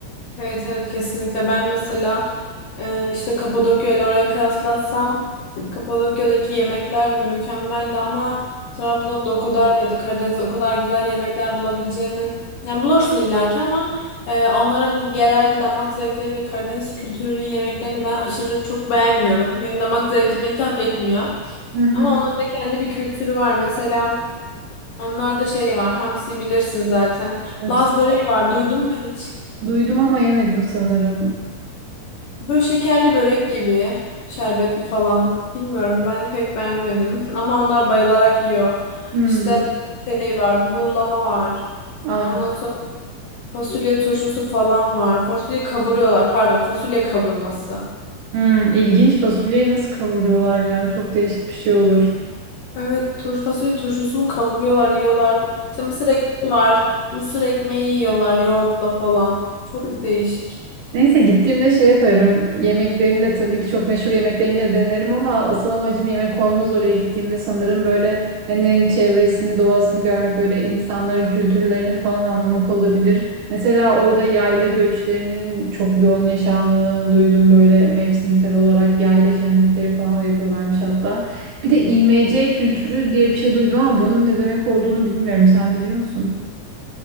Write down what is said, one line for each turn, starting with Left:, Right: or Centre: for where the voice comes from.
Left: Evet evet kesinlikle. Ben mesela e, işte Kapadokya ile oraya kıyaslatsam Kapadokya'daki yemekler mükemmeldi ama Trabzon'da o kadar ya da Karadeniz'de o kadar güzel yemekler bulabileceğini yani bulursun illaki ama e, onların genel damak zevkleri ve Karadeniz kültürünün yemeklerini ben aşırı çok beğenmiyorum. Benim damak zevkime hitap etmiyor.
Right: Hı hı.
Left: Ama onların da kendi bir kültürü var. Mesela onlarda şey var. Hamsi bilirsin zaten.
Right: Evet.
Left: Laz böreği var. Duydun mu hiç?
Right: Duydum ama yemedim sanırım.
Left: Böyle şekerli börek gibi. Şerbetli falan. Bilmiyorum ben pek beğenmedim. Ama onlar bayılarak yiyor.
Right: Hmm.
Left: İşte şey var. Buğulama var.
Right: Aa.
Left: E, Ondan sonra fasulye turşusu falan var. Fasulye kavuruyorlar. Pardon fasulye kavurması.
Right: Hmm. İlginç fasulyeyi nasıl kavuruyorlar ya? Çok değişik bir şey olur.
Left: Evet, tur fasulye turşusunu kavuruyorlar, yiyorlar. İşte mısır ekmeği var. Mısır ekmeği yiyorlar yoğurtla falan. Çok değişik.
Right: Neyse gittiğimde şey yaparım. Yemeklerinde tabii ki çok meşhur yemeklerini de denerim ama asıl amacım yemek olmaz oraya gittiğimde sanırım böyle hani çevresini, doğasını görmek, böyle insanların kültürlerini falan anlamak olabilir. Mesela orada yayla göçlerinin çok yoğun yaşandığını duydum böyle mevsimsel olarak yayla şenlikleri falan da yapıyorlarmış hatta. Bir de İMC kültürü diye bir şey duydum ama bunun ne demek olduğunu bilmiyorum. Sen biliyor musun?